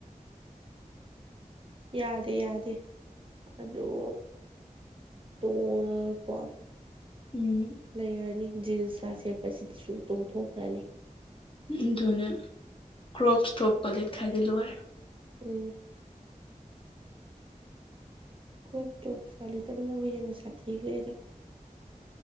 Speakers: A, on the right; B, on the left.
A: ꯌꯥꯗꯦ ꯌꯥꯗꯦ ꯑꯗꯨꯣ ꯇꯣꯡꯉꯀꯣ
B: ꯎꯝ
A: ꯂꯩꯔꯅꯤ ꯖꯤꯟꯁꯀ ꯁꯦꯠꯄꯁꯤꯗ ꯁꯨꯝ ꯇꯣꯡꯊꯣꯛꯈ꯭ꯔꯅꯤ
B: ꯑꯗꯨ ꯑꯗꯨꯅ ꯀ꯭ꯔꯣꯞ ꯏꯁꯇ꯭ꯔꯣꯞ ꯀꯣꯂꯦꯠ ꯈꯥꯏꯗꯤ ꯂꯣꯏꯔꯦ
A: ꯎꯝ ꯀ꯭ꯔꯣꯞ ꯇꯣꯞꯞꯄꯗꯝꯅꯕꯨ ꯍꯦꯟꯅ ꯁꯥꯊꯤꯈ꯭ꯔꯦꯗ